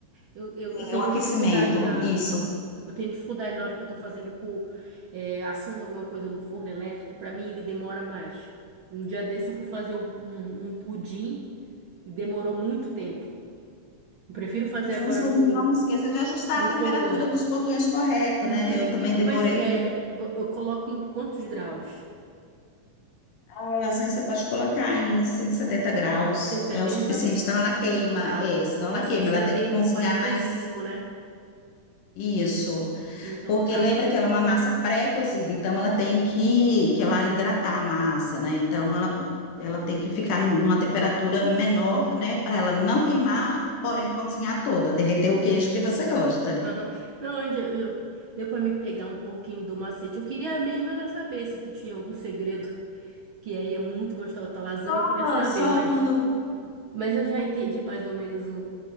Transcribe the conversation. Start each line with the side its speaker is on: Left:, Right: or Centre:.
Right: Eu, eu, eu tenho
Left: É o aquecimento,
Right: dificuldade na...
Left: isso.
Right: Eu tenho dificuldade na hora que eu tô fazendo com... é, assando alguma coisa no forno elétrico. Pra mim, ele demora mais. Um dia desse eu fui fazer um, um, um pudim e demorou muito tempo. Eu prefiro fazer
Left: Mas
Right: agora
Left: vezes você
Right: no,
Left: não me esqueça de ajustar
Right: no
Left: a temperatura
Right: fogão.
Left: nos botões correto,
Right: Uhum.
Left: né? Eu também demorei.
Right: Mas é, vo- eu coloco em quantos graus?
Left: A lasanha você pode colocar em cento e setenta graus,
Right: cento e setenta
Left: é o suficiente, senão ela queima.
Right: Então tá.
Left: É, senão
Right: Colocar
Left: ela
Right: cento
Left: queima,
Right: e setenta
Left: ela tem que cozinhar
Right: em quarenta
Left: mais
Right: e cinco né?
Left: isso.
Right: Então
Left: Porque
Right: tá.
Left: lembra que ela é uma massa pré-cozida, então ela tem que, que ela hidratar a massa, né? Então ela, ela tem que ficar num- numa temperatura menor, né? Para ela não queimar, porém cozinhar toda, derreter o queijo que você gosta.
Right: Aham. Não, eu, eu, deu pra me pegar um pouquinho do macete. Eu queria mesmo era saber se tu tinha algum segredo, que aí é muito gostosa da lasanha,
Left: Só
Right: eu queria saber,
Left: só
Right: mas,
Left: quando
Right: mas eu já <laughs> entendi mais ou menos o,